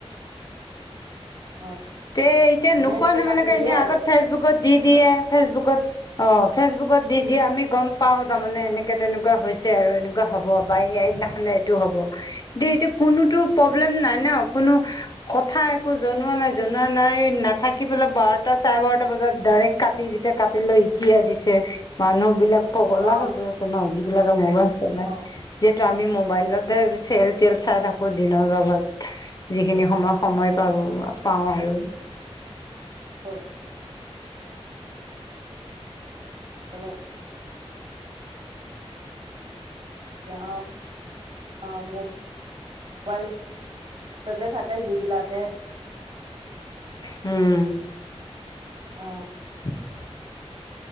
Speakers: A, on the right; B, on the left.
A: অ
B: তে এতিয়া নোকোৱা
A: নেটটো
B: নেমলাকে
A: কাটি দিয়ে
B: এনেই
A: আৰু
B: আগত ফেচবুকত দি দিয়ে
A: অ
B: ফেচবুকত অ ফেচবুকত দি দিয়ে আমি গম পাওঁ তাৰমানে এনেকে তেনেকুৱা হৈছে আৰু এনে কোৱা হ'ব বা এইদিনাখনে এইটো হ'ব দে এতিয়া কোনোতো প্ৰব্লেম নাই ন কোনো কথা একো জনোৱা নাই জনোৱা নাই না থাকি পেলাই বাৰটা চাৰে বাৰটা বজাত ডাইৰেক্ট কাটি দিছে কাটি লৈ এতিয়া দিছে মানুহ বিলাক পগলা
A: অ
B: হৈ গৈ আছে ন যিবিলাকে মোবাইল চলাই
A: অ অ
B: যিহেতু আমি মোবাইলতে চেল তেল চাই থাকো দিনৰ ভাগত যিখিনি সময় সময় পাৰো পাওঁ আৰু
A: ও <unintelligible> হলে এতিয়া অ, অ মো মোবাইলতে থাকে যিবিলাকে
B: উম
A: অ
B: <inaudible>